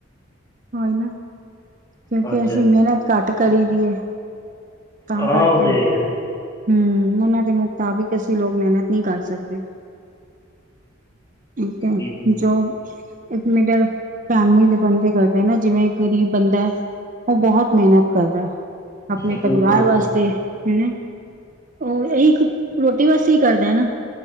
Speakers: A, on the right; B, on the left.
A: <unintelligible> ਕਿਉਂਕਿ
B: ਹਾਂਜੀ
A: ਅਸੀਂ
B: ਹਾਂਜੀ
A: ਮਿਹਨਤ ਕਰ ਕਰੀ ਦੀ ਹੈ ਤਾਂ
B: ਹਾਂ
A: ਕਰਕੇ
B: ਉਹ ਤੇ
A: ਹਮ
B: ਹੈ ਹੀ ਹੈ
A: ਉਹਨਾਂ ਦੇ ਮੁਤਾਬਿਕ ਅਸੀਂ ਲੋਕ ਮਿਹਨਤ ਨਹੀਂ ਕਰ ਸਕਦੇ ਓਕ
B: ਜੀ
A: ਜੋਬ ਇੱਕ ਮਿਡਲ ਫੈਮਲੀ ਦੇਦੇ ਕਰਦੇ ਨਾ ਜਿਵੇਂ ਗਰੀਬ ਬੰਦਾ ਉਹ ਬਹੁਤ ਮਿਹਨਤ ਕਰਦਾ ਆਪਣੇ
B: ਬਿਲਕੁਲ
A: ਪਰਿਵਾਰ ਵਾਸਤੇ ਹੂ ਉਹ ਇਹੀ ਇੱਕ ਰੋਟੀ ਵਸ ਕਰ ਨਾ